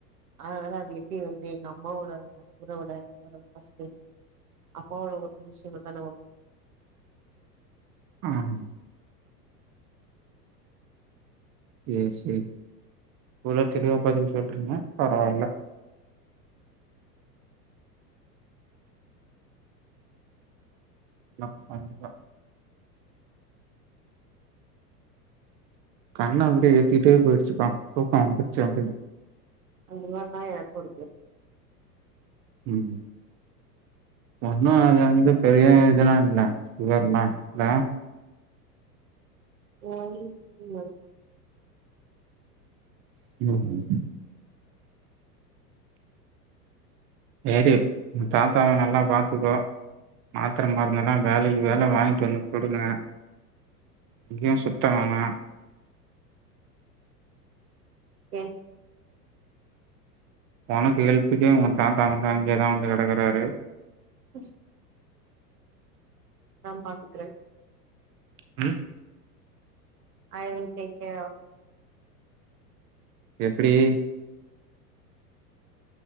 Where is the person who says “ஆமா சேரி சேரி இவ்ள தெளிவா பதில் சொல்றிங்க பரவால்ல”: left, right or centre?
Right